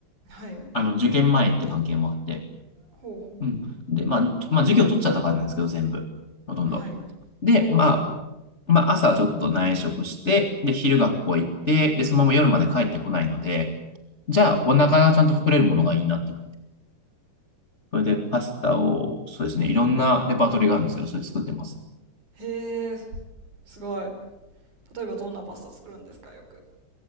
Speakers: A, on the right; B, on the left.
A: はい。
B: あの、受験前って関係もあって。
A: ほうほうほう。
B: うん。で、まあ、まあ、授業取っちゃったからなんですけど、全部。ほとんど。
A: はい。
B: で、
A: お
B: ま
A: お。
B: あ、まあ、朝ちょっと内職して、で、昼学校行って、で、そのまま夜まで帰ってこないので、じゃあ、
A: はい。
B: お腹がちゃんと膨れるものがいいなって。それで、パスタを、そうですね、いろんなレパートリーがあるんですけど、それ作ってます。
A: へえ、すごい。例えばどんなパスタ作るんですか、よく。